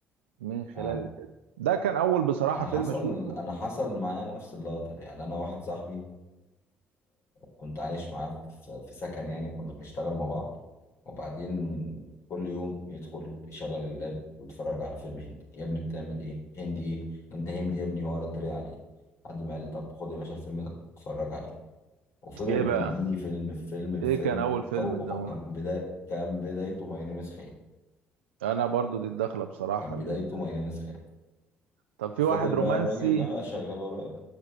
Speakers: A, on the right; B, on the left.
A: من خلال
B: اه
A: الفيلم ده كان اول بصراحة
B: انا
A: فيلم
B: حصل
A: اشوفه
B: انا حصل معايا نفس اللقطه يعني انا واحد صاحبي كنت عايش معاه في في سكن يعني كنا بنشتغل مع بعض وبعدين كل يوم يدخل يشغل اللاب ويتفرج على فيلم هندي يا ابني بتعمل ايه هندي ايه انت هندي يا ابني واقعد اتريق عليه لحد ما قال لي طب خد يا باشا الفيلم ده اتفرج عليه وفضلت
A: ايه بقى
B: يديني فيلم في فيلم
A: ايه
B: في فيلم
A: كان اول فيلم
B: هو
A: اداهولك
B: كان بداية كان بدايته ماي نيم از خان
A: انا برضو دي الدخلة بصراحة
B: كان بدايته
A: لل...
B: ماي نيم از خان
A: طب في
B: فضل
A: واحد رومانسي
B: بقى الراجل بقى شغال وراه